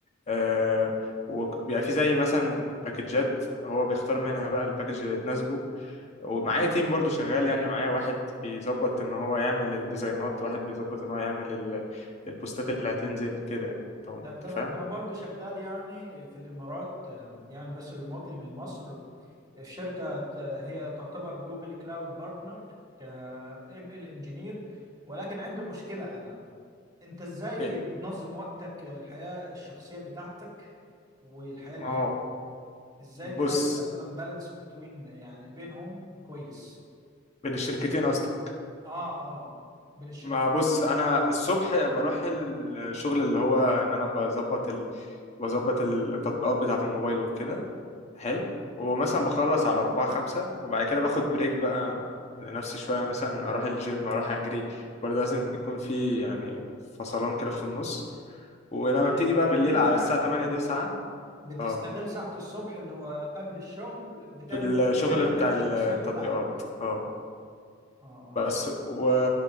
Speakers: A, on the left; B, on the right.
A: آه، وبيبقى في زي مثلا باكجات هو بيختار منها بقى الباكج اللي تناسبه ومعايا تيم برضو شغال يعني معايا واحد بيظبط ان هو يعمل الديزاينات واحد بيظبط ان هو يعمل ال- البوستات اللي هتنزل كده يعني طب انت
B: طب تمام
A: فاهم
B: انا برضو شغال يعني في الامارات آه، يعني بس ريموتلي من مصر الشركه ت- هي تعتبر جوجل كلاود بارتنر ك ام ال انجينير ولكن عندي مشكله انا انت ازاي
A: إيه،
B: بتنظم وقتك آه، الحياه الشخصيه بتاعتك والحياه المهنيه
A: ما هو
B: ازاي
A: بص
B: بتعمل مثلا بالانس بتوين يعني بينهم كويس
A: بين الشركتين قصدك
B: اه اه بين الشركتين
A: ما بص انا الصبح بروح الشغل اللي هو ان انا بظبط ال... بظبط التطبيقات بتاعة الموبايل وكده حلو ومثلا بخلص على أربعة خمسة وبعد كده باخد بريك بقى لنفسي شوية مثلا أروح الجيم أروح أجري برضه لازم يكون في يعني فصلان كده في النص ولما
B: يعني
A: بتيجي بقى
B: يعني
A: بالليل
B: انت
A: على الساعة 8 9
B: بتستغل
A: اه
B: ساعة الصبح اللي هو قبل الشغل بتعمل
A: في الشغل
B: فيها الحاجات
A: بتاع
B: الشخصية
A: التطبيقات
B: بتاعتك
A: اه
B: اه اه
A: بس و...